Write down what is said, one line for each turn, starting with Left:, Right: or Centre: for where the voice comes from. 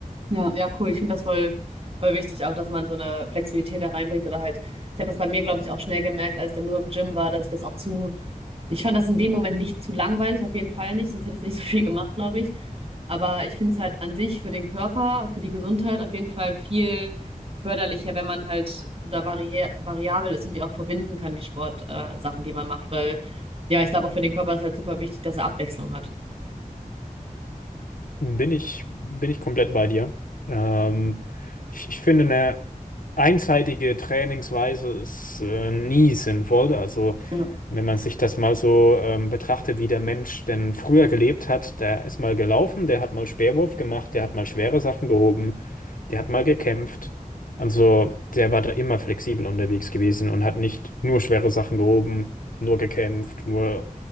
Right: Ja, ja, cool. Ich finde das voll, voll wichtig auch, dass man so eine Flexibilität da reinbringt oder halt, ich habe das bei mir, glaube ich, auch schnell gemerkt, als ich dann nur im Gym war, dass ich das auch zu, ich fand das in dem Moment nicht zu langweilig, auf jeden Fall nicht, sonst hätte ich nicht so viel gemacht, glaube ich. Aber ich finde es halt an sich für den Körper, für die Gesundheit auf jeden Fall viel förderlicher, wenn man halt da vari variabel ist und die auch verbinden kann, die Sportsachen, äh, Sachen, die man macht. Weil ja, ich glaube, auch für den Körper ist halt super wichtig, dass er Abwechslung hat.
Left: Bin ich, bin ich komplett bei dir. Ähm, ich, ich finde, eine einseitige Trainingsweise ist äh, nie sinnvoll. Also
Right: Ja.
Left: Wenn man sich das mal so ähm, betrachtet, wie der Mensch denn früher gelebt hat, der ist mal gelaufen, der hat mal Speerwurf gemacht, der hat mal schwere Sachen gehoben, der hat mal gekämpft. Also der war da immer flexibel unterwegs gewesen und hat nicht nur schwere Sachen gehoben, nur gekämpft, nur